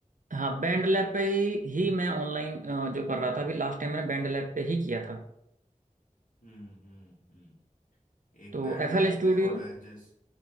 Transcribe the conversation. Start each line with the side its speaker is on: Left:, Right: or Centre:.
Right: हाँ बैंड लैब पे ही, ही मैं ऑनलाइन जो कर रहा था अभी लास्ट टाइम मैंने बैंड लैब पे ही किया था
Left: हम्म हम्म हम्म एक
Right: तो
Left: बैंड
Right: एफ
Left: लैब
Right: एल स्टूडियो
Left: है और एजेस